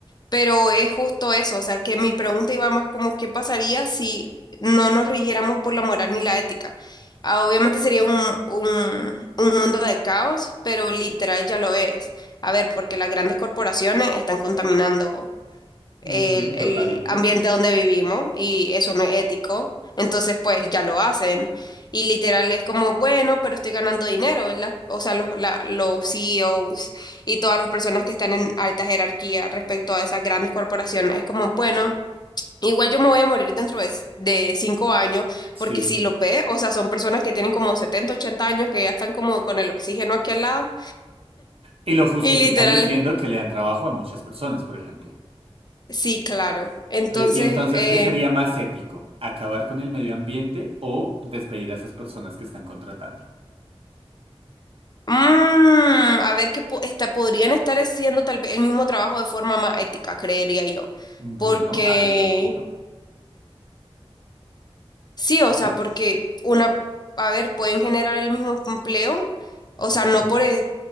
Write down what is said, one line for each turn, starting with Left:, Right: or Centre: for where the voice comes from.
Left: pero es justo eso, o sea, que mi pregunta iba más como qué pasaría si no nos rigiéramos por la moral ni la ética. Ah, Obviamente sería un, un, un mundo de caos, pero literal ya lo es. A ver, porque las grandes corporaciones están contaminando el,
Right: Ujú,
Left: el
Right: totalmente.
Left: ambiente donde vivimos y eso no es ético. Entonces, pues ya lo hacen. Y literal es como, bueno, pero estoy ganando dinero, ¿verdad? O sea, los, la- los CEOs y todas las personas que están en alta jerarquía respecto a esas grandes corporaciones, es como, bueno, igual yo me voy a morir dentro de, s- de cinco años,
Right: Sí.
Left: porque si lo ve, o sea, son personas que tienen como 70 80 años que ya están como con el oxígeno aquí al lado.
Right: Y lo justifican
Left: Y literal,
Right: diciendo que le dan trabajo a muchas personas, por ejemplo.
Left: sí, claro. Entonces,
Right: Eh, Y entonces,
Left: eh,
Right: ¿qué sería más ético? ¿Acabar con el medio ambiente o despedir a esas personas que están contratando?
Left: Mm, a ver qué po- esta- podrían estar haciendo tal vez el mismo trabajo de forma más ética, creería yo.
Right: Bueno,
Left: Porque,
Right: ahí te lo compro.
Left: sí,
Right: Sí,
Left: o sea,
Right: sí.
Left: porque una, a ver, pueden generar el mismo empleo, o
Right: Ujú.
Left: sea, no por, e-